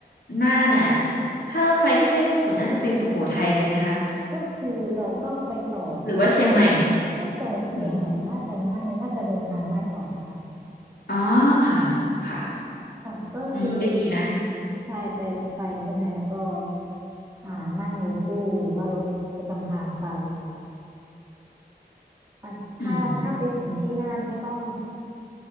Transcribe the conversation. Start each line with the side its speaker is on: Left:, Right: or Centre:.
Left: น่านน่ะถ้ารถไฟที่ใกล้สุดๆน่าจะเป็นสุโขทัยเลยไหมคะ
Right: ก็คือจะต้องไปต่อค่ะ
Left: หรือว่าเชียงใหม่
Right: น่าจะเชียงใหม่น่าจะง่ายน่าจะเดินทางง่ายกว่านะคะ
Left: อืมอ๋อค่ะค่ะ
Right: ค่ะก็คือ
Left: อืมก็ดีนะ
Right: ใช่ไปรถไฟใช่ไหมแล้วก็อ่านั่งรถตู้หรือว่ารถประจำทางไปอ่ะถ้าถ้าไปถึงที่น่านก็ต้อง
Left: อืม